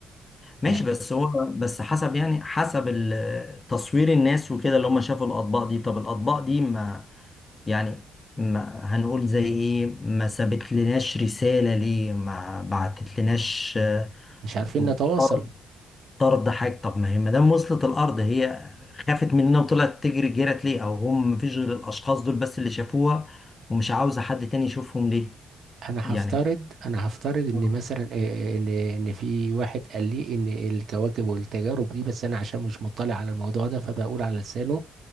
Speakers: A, on the left; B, on the right.
A: ماشي
B: يعني
A: بس هو بس حسب يعني حسب ال- تصوير الناس وكده اللي هم شافوا الاطباق دي طب الاطباق دي ما يعني ما هنقول زي ايه ما سابت لناش رسالة ليه ما بعتت لناش آه،
B: مش عارفين نتواصل
A: طرد طرد حاجة طب ما هي ما دام وصلت الأرض هي خافت مننا وطلعت تجري جرت ليه أو هم مفيش غير الأشخاص دول بس اللي شافوها ومش عاوزة حد تاني يشوفهم ليه
B: انا هفترض
A: يعني
B: انا هفترض ان
A: آه،
B: مثلا إيه- ان ان في واحد قال لي ان الكواكب والتجارب دي بس انا عشان مش مطلع على الموضوع ده فبقول على لسانه